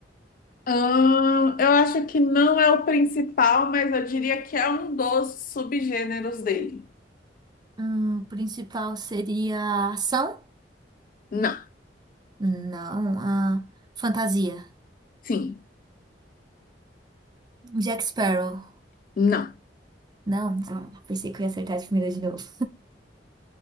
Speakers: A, on the left (about 50°); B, on the right (about 25°).
A: Ahn, eu acho que não é o principal, mas eu diria que é um dos subgêneros dele.
B: Hum, principal seria ação?
A: Não,
B: Não. ah, fantasia.
A: sim,
B: Jack Sparrow.
A: não.
B: Não. Ah, pensei que eu ia acertar de primeira de novo.